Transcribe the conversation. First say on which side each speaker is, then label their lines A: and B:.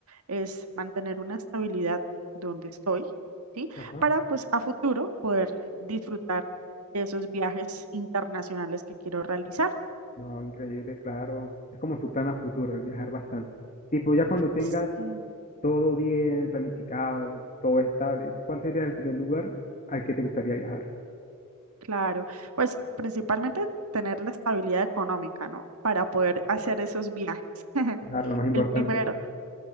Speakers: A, on the right (about 80°); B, on the left (about 35°).
A: es mantener una estabilidad donde estoy, ¿sí?
B: Ajá.
A: Para pues a futuro poder disfrutar de esos viajes internacionales que quiero realizar.
B: No, increíble, claro. Es como su plan a futuro, el viajar bastante. Tipo, ya cuando tengas
A: Sí.
B: todo bien planificado, todo estable, ¿cuál sería el primer lugar al que te gustaría viajar?
A: Claro, pues principalmente tener la estabilidad económica, ¿no? Para poder hacer esos viajes. <laughs>
B: Claro, lo más importante.
A: El primer,